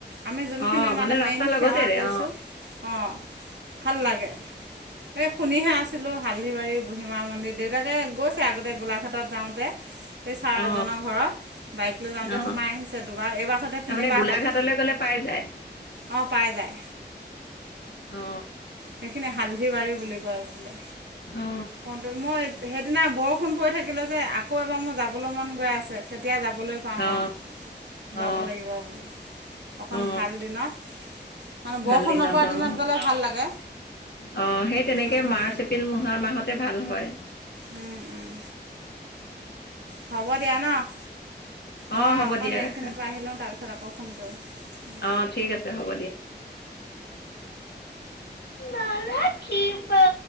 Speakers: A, on the right (about 80°); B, on the left (about 70°).
A: আমি যোনখিনি
B: অ
A: মানে
B: ৰাস্তাৰ
A: মেইন
B: লগতেৰে
A: সেৱা কৰিছোঁ।
B: অ
A: অ' ভাল লাগে। এই শুনিহে আছিলোঁ হালধিবাৰী বুঢ়িমা মন্দিৰ, দেউতাকে গৈছে আগতে গোলাঘাটত যাওঁতে। সেই ছাৰ এজনৰ
B: অ
A: ঘৰত বাইক লৈ যাওঁতে
B: অ
A: সোমাই আহিছে দুবাৰ, এইবাৰ সতে
B: তাৰমানে
A: তিনিবাৰ
B: গোলাঘাটলৈ
A: হ'ল।
B: <unintelligible>
A: অ' পাই যায়।
B: অ
A: হেইখিনি হালধিবাৰী বুলি কয় বোলে।
B: অ
A: অ' মই সেইদিনা বৰষুণ পৰি থাকিলে যে আকৌ এবাৰ মোৰ যাবলৈ মন গৈ আছে। এতিয়া যাবলৈ পাওঁ
B: অ
A: আৰু। যাব
B: অ
A: লাগিব বোলো অকণ
B: অ
A: ভাল দিনত মানে বৰষুণ
B: ভাল দিনত
A: নপৰা
B: অ'।
A: গ'লে ভাল লাগে
B: অ' সেই তেনেকে
A: গৈ ভাল
B: মাৰ্চ, এপ্ৰিল মহা মাহতে ভাল হয়।
A: উম, উম। হ'ব দিয়া ন'। মই
B: অ হ'ব
A: অকণ
B: দিয়া
A: এইখিনিৰপৰা
B: ৰাখা
A: আহিলওঁ তাৰপিছত আকৌ ফোন কৰিম।
B: অ ঠিক আছে হ'ব মালে কি পা